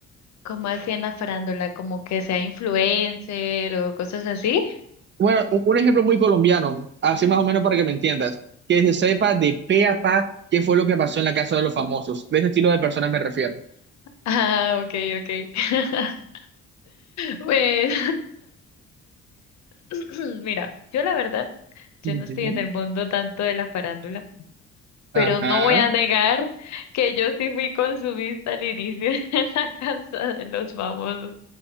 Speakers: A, on the left; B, on the right.
A: Como así en la farándula, como que sea influencer o cosas así.
B: Bueno, u- un ejemplo muy colombiano, así más o menos para que me entiendas, que se sepa de pe a pa qué fue lo que pasó en la casa de los famosos. De ese estilo de personas me refiero.
A: Ah, ok, ok. <laughs> Pues, <laughs> mira, yo la verdad, yo
B: Ujú.
A: no estoy en el mundo tanto de la farándula.
B: Ajá.
A: pero no voy a negar que yo sí fui consumista al inicio <laughs> en la casa de los famosos.